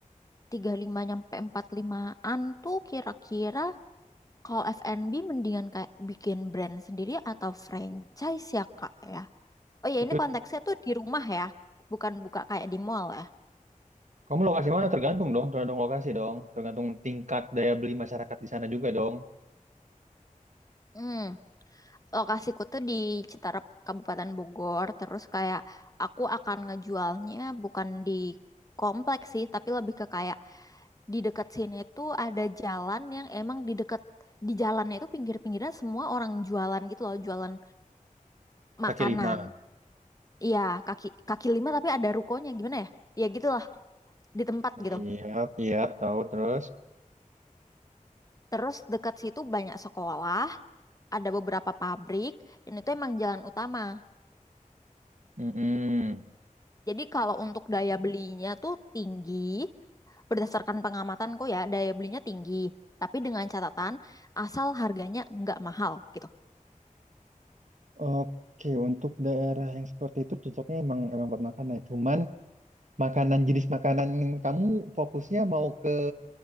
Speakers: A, on the left; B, on the right.
A: 35 nyampe 45 limaan tuh kira-kira kalau F&B mendingan kayak bikin brand sendiri atau franchise ya Kak ya. Oh ya
B: itu
A: ini konteksnya tuh di rumah ya, bukan buka kayak di mall ya.
B: kamu lokasi mana? Tergantung dong, tergantung lokasi dong, tergantung tingkat daya beli masyarakat di sana juga dong.
A: Hmm. lokasiku tuh di Citarap Kabupaten Bogor terus kayak aku akan ngejualnya bukan di kompleks sih tapi lebih ke kayak di dekat sini tuh ada jalan yang emang di dekat di jalannya itu pinggir-pinggirnya semua orang jualan gitu loh jualan
B: Kaki
A: makanan
B: lima.
A: iya kaki kaki lima tapi ada rukonya gimana ya ya gitulah di tempat gitu
B: Iya, iya tahu terus.
A: terus dekat situ banyak sekolah ada beberapa pabrik dan itu emang jalan utama
B: Mm-mm.
A: jadi kalau untuk daya belinya tuh tinggi Berdasarkan pengamatanku ya, daya belinya tinggi, tapi dengan catatan asal harganya nggak mahal gitu.
B: Oke, untuk daerah yang seperti itu cocoknya emang emang buat makan ya. Cuman makanan jenis makanan yang kamu fokusnya mau ke